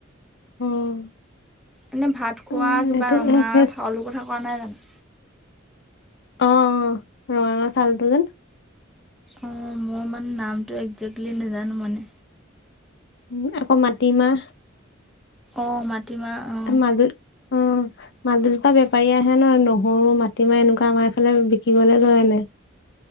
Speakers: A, on the left; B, in the centre.
A: অ',
B: এনেই ভাত খোৱা
A: উম,
B: কিবা
A: এইটো
B: ৰঙা
A: সেই
B: চাউলৰ কথা কোৱা নাই জানো
A: অ অ ৰঙা ৰঙা চাউলটো যে
B: অ মই মানে নামটো একজে্টলি নাজানো মানে
A: উ আকৌ মাটিমাহ
B: অ মাটিমাহ অঁ
A: মাজুলী অ মাজুলী পৰা বেপাৰী আহে নহয় নহৰু মাটিমাহ এনেকুৱা আমাৰ এইফালে বিকিবলৈ লয় এনেক <unintelligible>